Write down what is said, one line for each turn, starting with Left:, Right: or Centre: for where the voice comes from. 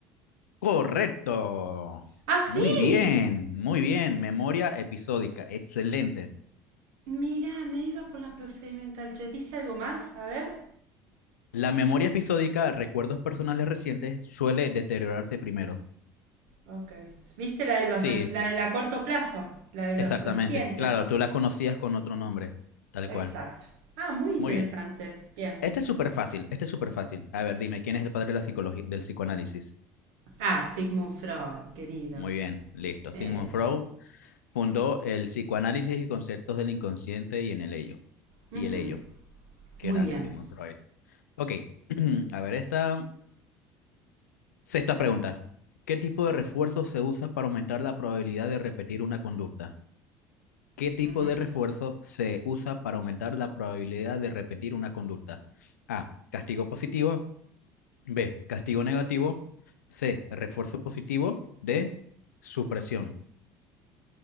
Left: Correcto.
Right: ¡Ah, sí!
Left: Muy bien, muy bien. Memoria episódica. Excelente.
Right: Mirá, me iba por la procedimental. Che, ¿dice algo más? A ver.
Left: La memoria episódica, recuerdos personales recientes, suele deteriorarse primero.
Right: Ok. ¿Viste la de los
Left: Sí,
Right: re- la
Left: sí,
Right: de la corto plazo? La de los
Left: exactamente.
Right: recientes.
Left: Claro, tú la conocías con otro nombre, tal
Right: Exacto.
Left: cual.
Right: Ah, muy interesante.
Left: Muy bien.
Right: Bien.
Left: Este es súper fácil, este es súper fácil. A ver, dime, ¿quién es el padre de la psicología, del psicoanálisis?
Right: Ah, Sigmund Freud, querido.
Left: Muy bien, listo.
Right: Eh,
Left: Sigmund Freud fundó el psicoanálisis y conceptos del inconsciente y en el ello.
Right: ujú,
Left: Y el ello, qué
Right: Muy
Left: grande
Right: bien.
Left: Sigmund Freud. Ok, <clears throat> a ver, esta sexta pregunta. ¿Qué tipo de refuerzo se usa para aumentar la probabilidad de repetir una conducta? ¿Qué tipo
Right: Ujú, ujú.
Left: de refuerzo se usa para aumentar la probabilidad de repetir una conducta? A. Castigo positivo. B. Castigo negativo. C. Refuerzo positivo. D. Supresión.